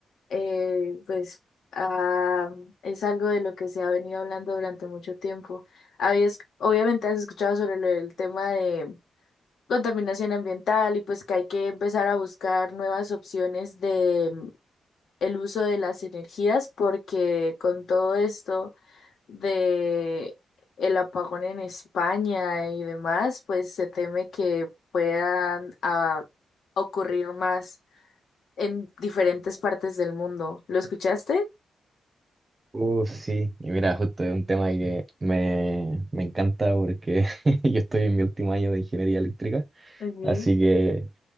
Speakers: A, on the left (about 70°); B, on the right (about 25°).
A: eh, pues ah, es algo de lo que se ha venido hablando durante mucho tiempo. Habías, obviamente has escuchado sobre lo del tema de contaminación ambiental y pues que hay que empezar a buscar nuevas opciones de mm, el uso de las energías porque con todo esto de el apagón en España y demás, pues se teme que puedan ah, ocurrir más en diferentes partes del mundo. ¿Lo escuchaste?
B: Uh, sí, y mira, justo es un tema que me, me encanta porque <laughs> yo estoy en mi último año de ingeniería eléctrica,
A: Ok,
B: así que,